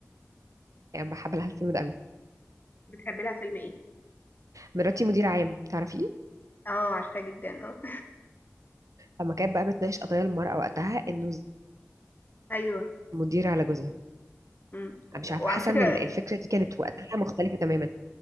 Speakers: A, on the right (about 80°); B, on the left (about 35°).
A: بحب لها الفيلم ده قوي
B: بتحب لها فيلم ايه
A: مراتي مدير عام تعرفيه
B: اه عارفاه جدا اه
A: لما كانت بقى بتناقش قضايا المراه وقتها انه
B: <laughs> ايوه
A: مدير على جوزها
B: مم. وعلى
A: انا مش عارفه حاسه
B: فكرة
A: ان ال- الفكره دي كانت وقتها مختلفه تماما